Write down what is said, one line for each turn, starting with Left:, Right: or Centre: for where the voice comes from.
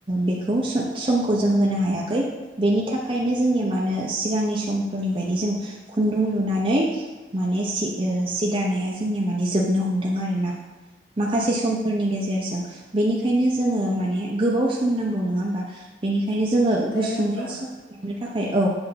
Right: बेखौ समखौ जों होनो हायाखै बेनि थाखायनो जोंनि मानो सिगांनि समफोरनि बायदि जों खुन्दुं लुनानै मान सि दानाया जा जोंनिया माने जोबनो हमदों आरोना? माखासे
Left: उम
Right: समफोरनि गेजेरजों ओं बेनिखायनो जोङो माने गोबाव सम नांगौ नङा होमबा? बेनिखायनो
Left: उम
Right: जोङो
Left: दे
Right: गुसुङै
Left: होमबा
Right: सम खालामनो थाखाय औ।